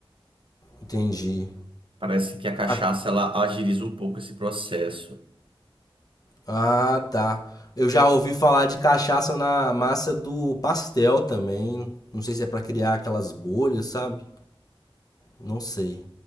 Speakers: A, on the left; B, on the right.
A: Entendi.
B: Parece que a cachaça
A: Ah,
B: ela agiliza um pouco esse processo.
A: ah, tá. Eu já ouvi falar de cachaça na massa do pastel também. Não sei se é pra criar aquelas bolhas, sabe? Não sei.